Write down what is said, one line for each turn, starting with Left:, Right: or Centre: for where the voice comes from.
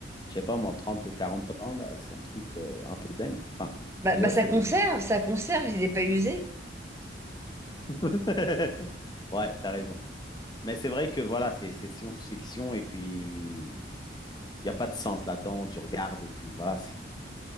Left: je sais pas moi, 30 ou 40 ans, bah, c'est un truc euh, un peu dingue. Enfin,
Right: bah,
Left: déjà,
Right: bah, ça
Left: c'est...
Right: conserve, ça conserve, il n'est pas usé.
Left: <laughs> Ouais, t'as raison. Mais c'est vrai que voilà, c'est c'est science-fiction et puis il n'y a pas de sens là-dedans. Tu regardes et puis voilà, c'est